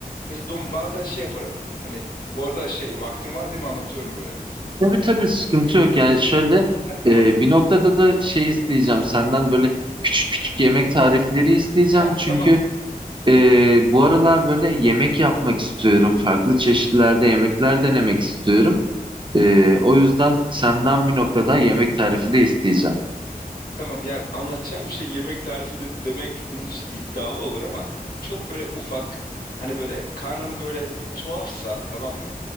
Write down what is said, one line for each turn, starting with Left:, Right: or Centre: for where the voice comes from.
Left: mesela dom bazen şey yaparım. Hani bu arada şey vaktim var değil mi anlatıyorum böyle.
Right: Tabii tabii sıkıntı yok. Yani şöyle
Left: Ha tamam.
Right: e, bir noktada da şey isteyeceğim senden böyle küçük küçük yemek tarifleri isteyeceğim.
Left: Ha
Right: Çünkü
Left: tamam.
Right: e, bu aralar böyle yemek yapmak istiyorum. Farklı çeşitlerde yemekler denemek istiyorum. E,
Left: <laughs>
Right: o yüzden senden bir noktada yemek tarifi de isteyeceğim.
Left: Tamam ya anlatacağım şey yemek tarifi de demek bunun için iddialı olur ama çok böyle ufak hani böyle karnım böyle bir tuhafsa tamam mı?